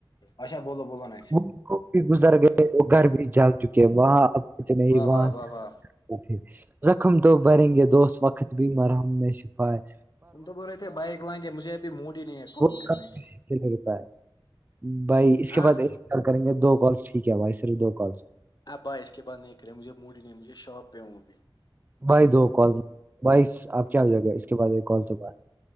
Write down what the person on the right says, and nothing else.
وہ خ بھی گزر گئے وہ گھر بھی جاگ چکے وہاں اب کچھ نہیں
وہاں
<inaudible>
اوکے زخم تو بھریں گے دوست وقت بھی مرحم میں شفاائے-
وہ
کب
کسی کے لیے رکا ہے بھائی اس کے
بعد ایک کریں گے دو کالس ٹھیک ہے بھائی صرف دو کالس-
بائی دو کال بائی آپ کیا ہو جائے گا اس کے بعد ایک کال تو بات-